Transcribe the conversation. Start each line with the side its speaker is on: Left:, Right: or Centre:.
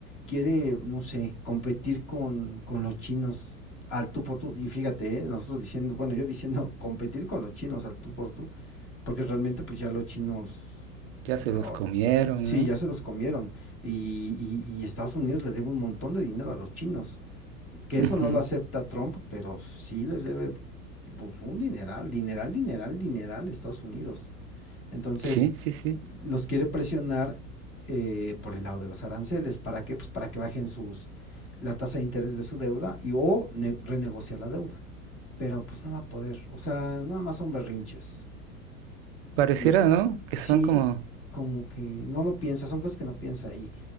Left: quiere, no sé, competir con, con los chinos al tú por tú. Y fíjate, eh, nosotros diciendo, bueno, yo diciendo <laughs> competir con los chinos al tú por tú, porque realmente pues ya los chinos,
Right: Ya
Left: lo-
Right: se los comieron,
Left: sí,
Right: ¿no?
Left: ya se los comieron. Y, y, y Estados Unidos le debe un montón de dinero a los chinos. Que
Right: Ujú.
Left: eso no lo acepta Trump, pero sí les debe pues, un dineral, dineral, dineral, dineral a Estados Unidos. Entonces,
Right: Sí, sí, sí.
Left: los quiere presionar eh, por el lado de los aranceles. ¿Para qué? Pues para que bajen sus la tasa de interés de su deuda y o renegociar la deuda. Pero pues no va a poder. O sea, nada más son berrinches.
Right: Pareciera,
Left: Y,
Right: ¿no? Que
Left: sí,
Right: son como...
Left: como que no lo piensa, son cosas que no piensa ahí.